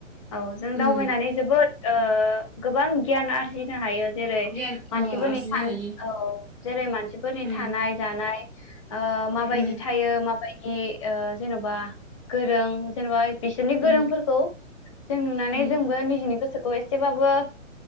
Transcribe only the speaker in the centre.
उम
गियान
अ आरजिनो
हायो
उम
उम
उम
उम